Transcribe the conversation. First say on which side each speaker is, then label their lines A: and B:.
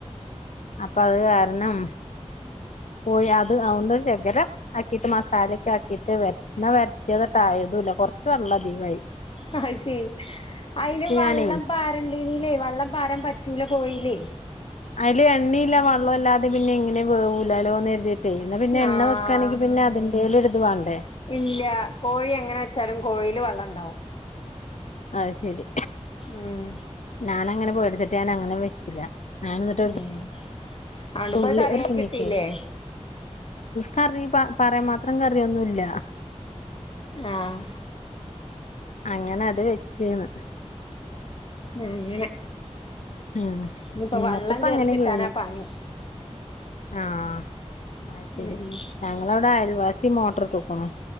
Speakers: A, on the left; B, on the left.
A: അപ്പൊ അഹ് കാരണം കോയി അത് ഉണ്ട് ഷെകലം ആക്കിട്ട് മസാലൊക്കെ ആക്കിട്ട് എണ്ണ വേര്ട്ട്യാതട്ട് ആയതുല്ല കൊറച്ച് വെള്ളം അധികായി.
B: അഹ് ശെരി ഐന് വെള്ളം
A: ഞാനേ
B: പാര ഇതിലെ വള്ളം പാരാൻ പറ്റൂല കോയിലേ.
A: അയില് എണ്ണയില്ല വെള്ളൂല്ലാതെ പിന്നെ എങ്ങനെ വേവൂലാ ലോന്ന് കര്തിട്ട് ഇന്ന് പിന്നെ എണ്ണ
B: ആഹ്
A: വെക്കാണെങ്കി പിന്നെ അതിന്റേലും ഒര്ത് വാണ്ടേ
B: ഇല്ല കോഴി എങ്ങനെ വെച്ചാലും കോഴില് വെള്ളം ഇണ്ടാവും
A: അഹ് ശെരി
B: ഉം
A: ഞാനങ്ങനെ പേട്ച്ചിട്ട് ഞാൻ അങ്ങനെ വെച്ചില്ല. ഞാൻ എന്നിട്ട് ഒരു
B: ഉം. അതോണ്ടിപ്പ
A: തുള്ളി
B: അത് കറിയായി
A: ഒരു കുഞ്ഞി
B: കിട്ടീല്ലേ
A: കൈ കറി പ പറയാ മാത്രം കറിന്നുംല്ല.
B: ആഹ്.
A: അങ്ങനെ അത് വെച്ച്ന്ന്
B: അങ്ങനെ
A: ഉം
B: ഇനിപ്പോ
A: ഇന്നത്തെപ്പ
B: വള്ളം കേറി
A: അങ്ങനെ
B: കിട്ടാനാ
A: കയ്ഞ്ഞു
B: പണി.
A: ആഹ് അഹ് ശരി
B: ഉം ഉം
A: ഞങ്ങളവടെ അയൽവാസി മോട്ടർട്ട്ക്ണു.